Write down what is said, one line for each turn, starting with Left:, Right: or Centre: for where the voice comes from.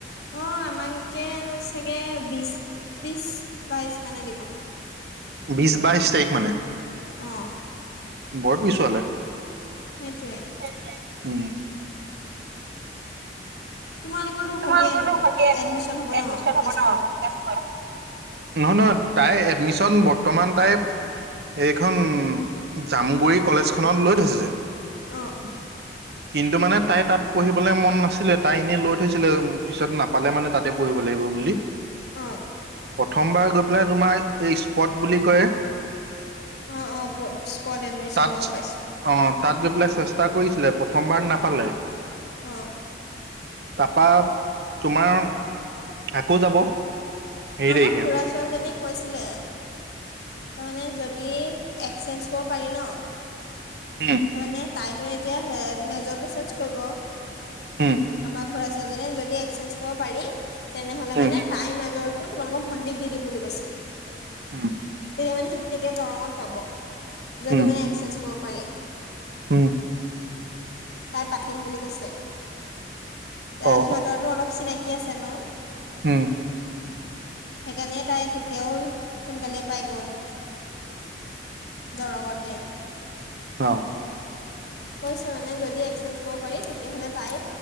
Left: অ', আমাক একে চাগে বিশ', - বিশ', বাইশ মানে দিব',
Right: বিশ বাইশ তাৰিখ মানে?
Left: অহ',
Right: বৰ পিছোৱালে',
Left: সেইটোৱে',
Right: সেইটোৱে', উম', '
Left: তোমালোকৰতো
Right: তোমালোকৰো
Left: ভন্টি
Right: ছেকেণ্ড
Left: এডমিশন হ'ব ন
Right: এডমিশন
Left: তেজপুৰত
Right: হব ন? ক্লাচ কৰা? নহয়', - নহয়', তাই এডমিশন বৰ্তমান তাই', এইখন, জামুগুৰি কলেজখনত লৈ থৈছে যে',
Left: অহ',
Right: কিন্তু মানে তাই তাত পঢ়িবলে মন নাছিলে তাই এনেই লৈ থৈছে। <unintelligible> পিছত নাপালে মানে তাতে পঢ়িব লাগিব বুলি।
Left: অ',
Right: প্ৰথমবাৰ গৈ পেলাই তোমাৰ এই স্পট বুলি কয়ে
Left: অ', অ, প স্প'ৰ্ট এডমিশ্যন
Right: তাত
Left: গম পাইছোঁ।
Right: অ, তাত গৈ পেলাই চেষ্টা কৰিছিলে প্ৰথমবাৰ নাপালে।
Left: অ',
Right: তাপা তোমাৰ আকৌ যাব। হেৰি
Left: আমাক
Right: তাৰিখে
Left: খুৰা ছোৱালীজনীয়ে কৈছিলে। ত'মানে যদি এক্সেচেঞ্জ কৰিব পাৰি ন'
Right: উম
Left: ত' মানে তাইতো এতিয়া হে মেজৰটো চেঞ্জ কৰিব।
Right: উম
Left: আমাৰ খুৰাছোৱালী জনে যদিএক্সেচেঞ্জ কৰিব পাৰি তেনেহলে
Right: উম
Left: মানে তাই মেজৰ টো তোমালোকক ভণ্টিক দি দিম বুলি কৈছে।
Right: উম,
Left: তেতিয়া মানে তেতিয়া দৰঙত পাব যদি
Right: উম উম
Left: মানে এক্সচেঞ্জ কৰব পাৰি।
Right: উম,
Left: তাই পাতিম বুলি কৈছে এ
Right: অ
Left: সিহঁতৰটো অলপ চিনাকি আছে ন'?
Right: হম।
Left: সেইকাৰণে তাই তেতিয়াও সোনকালে পাই গ'ল। <inaudible> দৰঙতে।
Right: হাওঁ।
Left: কৈছে মানে যদি এক্সেঞ্জ কৰিব পাৰি তেতিয়াহ'লে তাই